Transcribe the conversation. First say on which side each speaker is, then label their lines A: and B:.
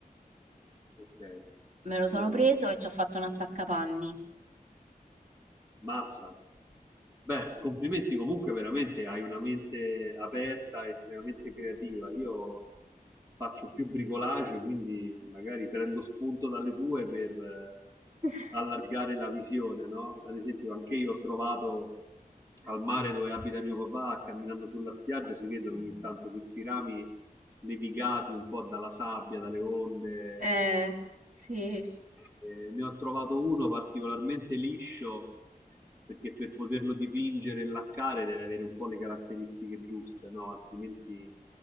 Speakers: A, on the right; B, on the right.
A: Ok,
B: me lo sono
A: io lo...
B: preso e ci ho fatto un attaccapanni.
A: Mazza. Beh, complimenti comunque veramente, hai una mente aperta, estremamente creativa. Io faccio più bricolage, quindi magari prendo spunto dalle tue per eh,
B: <laughs>
A: allargare la visione, no? Ad esempio, anche io ho trovato al mare dove abita mio papà, camminando sulla spiaggia, si vedono ogni tanto questi rami levigati un po' dalla sabbia, dalle onde.
B: Eh, sì.
A: Eh, ne ho trovato uno particolarmente liscio perché per poterlo dipingere e laccare deve avere un po' le caratteristiche giuste, no? altrimenti